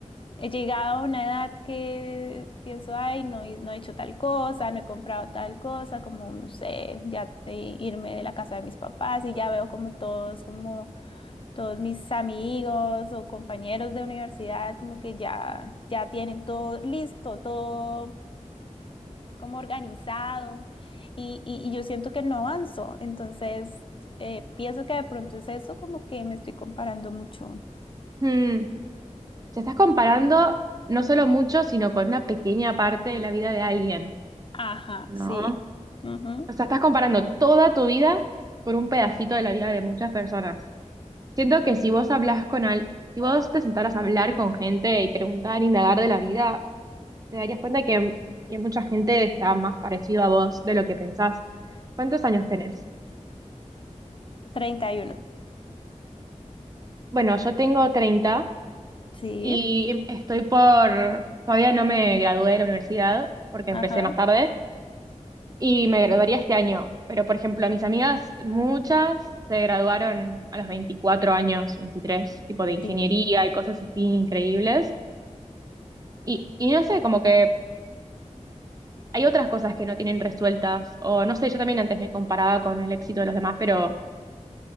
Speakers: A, on the left; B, on the right.
A: he llegado a una edad que pienso, ay, no, he- no he hecho tal cosa, no he comprado tal cosa, como, no sé, ya eh, irme de la casa de mis papás y ya veo como todos, como todos mis amigos o compañeros de universidad, como que ya, ya tienen todo listo, todo como organizado y, y- y yo siento que no avanzo. Entonces, eh, pienso que de pronto es eso, como que me estoy comparando mucho.
B: Hmm. Te estás comparando no solo mucho, sino con una pequeña parte de la vida de alguien,
A: Ajá,
B: ¿no?
A: sí. Ujú.
B: O sea, estás comparando toda tu vida con un pedacito de la vida de muchas personas. Siento que si vos hablas con al, si vos te sentaras a hablar con gente y preguntar, indagar de la vida, te darías cuenta que, que mucha gente está más parecido a vos de lo que pensás. ¿Cuántos años tenés?
A: treinta y uno
B: Bueno, yo tengo 30
A: Sí,
B: y estoy por, todavía no me gradué de la universidad porque empecé
A: ajá,
B: más tarde y me graduaría este año. Pero, por ejemplo, mis amigas, muchas se graduaron a los 24 años, 23, tipo de ingeniería
A: sí.
B: y cosas así increíbles. Y, y no sé, como que hay otras cosas que no tienen resueltas, o no sé, yo también antes me comparaba con el éxito de los demás, pero